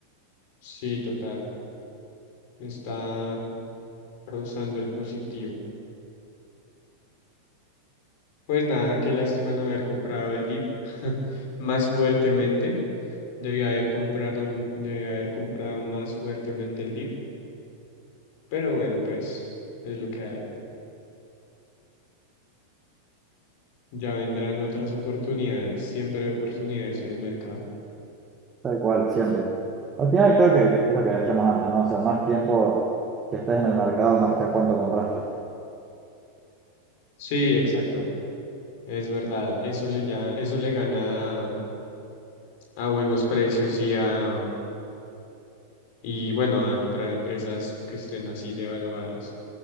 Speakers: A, on the left (about 50°); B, on the right (about 20°).
A: sí, total. Está. Rozando el positivo. Pues nada, qué lástima no haber comprado el dip <laughs> más fuertemente. Debía haber comprado, debía haber comprado más fuertemente el dip. Pero bueno, pues es lo que hay. Ya vendrán otras oportunidades. Siempre hay oportunidades en el mercado.
B: Tal cual, siempre. Al final creo que es lo que decíamos antes, ¿no? O sea, más tiempo que estés en el mercado, más que a cuánto compraste.
A: Sí, exacto. Es verdad. Eso le ya, eso le gana a a buenos precios y a y bueno, a comprar empresas que estén así devaluadas.